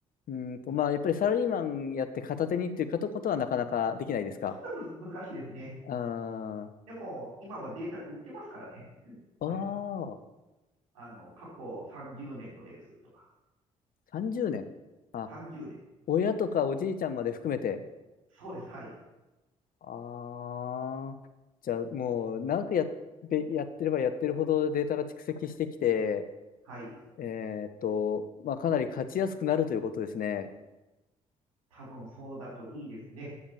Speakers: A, on the left (about 55°); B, on the right (about 85°).
A: うーんと、まあ、やっぱりサラリーマンやって片手にっていうことはなかなかできないですか
B: ちょっとむず難しいですね。
A: あー
B: でも、今はデータ売ってますからね。
A: あー、
B: まあの、過去30年のレースとか。
A: 30年。あ、
B: 30年。
A: 親とかおじいちゃんまで含めて。
B: そうです。はい。
A: ああ、じゃあもう長くやっ、べやってればやってるほどデータが蓄積してきて、
B: はい。
A: えーっと、まあ、かなり勝ちやすくなるということですね。
B: 多分そうだといいですね。